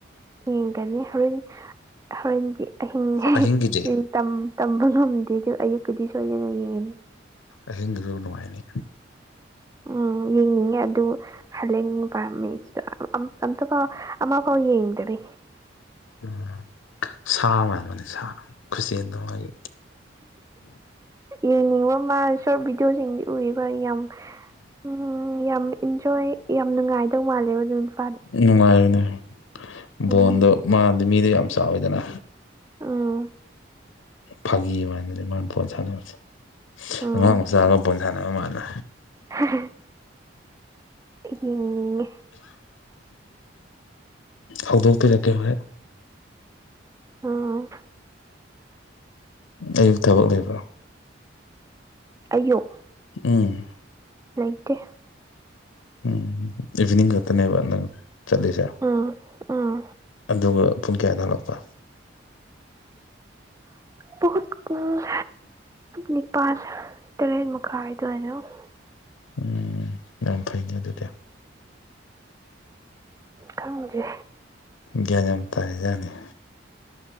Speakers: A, on the right; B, on the left.
A: ꯌꯦꯡꯒꯅꯤ ꯍꯣꯔꯦꯟ ꯍꯣꯔꯦꯟꯗꯤ ꯑꯍꯤꯡ
B: ꯑꯍꯤꯡꯒꯤꯗꯤ
A: ꯇꯝꯕ ꯉꯝꯗꯦ ꯑꯗꯨ ꯑꯌꯨꯛꯀꯤꯗꯤ ꯁꯣꯏꯗꯅ ꯌꯦꯡꯉꯗꯤ
B: ꯑꯍꯤꯡꯗꯨꯁꯨ ꯅꯨꯡꯉꯥꯏꯅꯤ
A: ꯎꯝ ꯌꯦꯡꯅꯤꯡꯉꯦ ꯑꯗꯨ ꯍꯂꯦꯟꯕꯨ ꯄꯥꯝꯃꯦ ꯑꯝꯇꯐꯥꯎ ꯑꯃꯐꯥꯎ ꯌꯦꯡꯗꯔꯤ
B: ꯎꯝ ꯁꯥ ꯃꯥꯟꯕꯅꯤ ꯁꯥ ꯈꯨꯆꯦꯟꯗ ꯃꯥꯒꯤ
A: ꯌꯦꯡꯅꯤꯡꯕ ꯃꯥ ꯁꯣꯔꯠ ꯚꯤꯗꯤꯑꯣꯁꯤꯡꯗꯤ ꯎꯏꯕ ꯌꯥꯝ ꯎꯝ ꯌꯥꯝ ꯏꯟꯖꯣꯏ ꯌꯥꯝ ꯅꯨꯡꯉꯥꯏꯗꯧ ꯃꯥꯜꯂꯦꯕ ꯅꯪꯗꯣ
B: ꯅꯨꯡꯉꯥꯏꯔꯅꯦ ꯕꯣꯟꯗꯣ
A: ꯎꯝ
B: ꯃꯥꯗꯤ ꯃꯤꯗ ꯌꯥꯝ ꯆꯥꯎꯋꯤꯗꯅ
A: ꯎꯝ
B: ꯐꯥꯒꯤ ꯃꯥꯟꯕꯅꯦ ꯃꯥꯅ ꯕꯣꯟ ꯁꯥꯟꯅꯕꯁꯦ
A: ꯎꯝ
B: ꯑꯉꯥꯡ ꯃꯆꯥꯒ ꯕꯣꯜ ꯁꯥꯟꯅꯕ ꯃꯥꯥꯟꯅꯦ
A: <unintelligible> ꯌꯦꯡꯅꯤꯡꯉꯦ
B: ꯍꯧꯗꯣꯛꯄꯤꯔꯛꯀꯦ ꯍꯣꯔꯦꯟ
A: ꯑ
B: ꯑꯌꯨꯛ ꯊꯕꯛ ꯂꯩꯕ꯭ꯔꯣ
A: ꯑꯌꯨꯛ
B: ꯎꯝ
A: ꯂꯩꯥꯇꯦ
B: ꯎꯝ ꯏꯚꯤꯅꯤꯡ ꯈꯛꯇꯅꯦꯕ ꯅ‌ꯪ ꯆꯠꯂꯤꯖ‌ꯦ
A: ꯎꯝ ꯎꯝ
B: ꯑꯗꯨꯒ ꯄꯨꯡ ꯀꯌꯥꯗ ꯍꯜꯂꯛꯄ
A: ꯀꯨꯜ ꯅꯤꯄꯥꯜ ꯇꯔꯦꯠ ꯃꯈꯥꯏꯗ ꯑꯗꯨꯋꯥꯢꯗ
B: ꯎꯝ ꯌꯥꯝ ꯐꯩꯅꯦ ꯑꯗꯨꯗꯤ
A: ꯈꯪꯗ‌ꯦ
B: ꯒ꯭ꯌꯥꯟ ꯌꯥꯝ ꯇꯥꯏꯖꯅ‌ꯦ